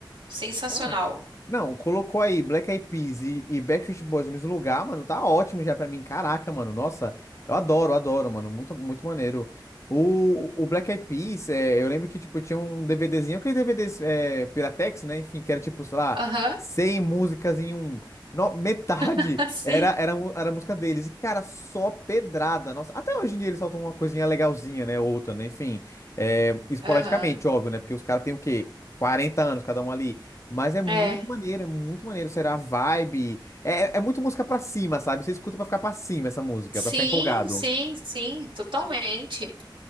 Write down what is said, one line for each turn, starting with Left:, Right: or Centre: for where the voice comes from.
Right: sensacional.
Left: Cara, não, colocou aí Black Eyed Peas e, e Backstreet Boys no mesmo lugar, mano, tá ótimo já pra mim. Caraca, mano, nossa, eu adoro, adoro, mano, muito, muito maneiro. O, o Black Eyed Peas, é, eu lembro que, tipo, tinha um DVDzinho, aquele DVDs é, Piratex, né, enfim, que era, tipo, sei lá,
Right: Aham,
Left: 100 músicas em um. No, metade
Right: <laughs> sim.
Left: era, era, mu- era música deles, e, cara, só pedrada, nossa. Até hoje em dia eles soltam uma coisinha legalzinha, né, outra, né, enfim, é, esporadicamente,
Right: Aham.
Left: óbvio, né, porque os caras têm o quê? quarenta anos cada um ali. Mas é muito
Right: É.
Left: maneiro, é muito maneiro. Será a vibe? É, é é muito música pra cima, sabe? Você escuta pra ficar pra cima essa música,
Right: Sim,
Left: pra ficar empolgado.
Right: sim, sim, totalmente.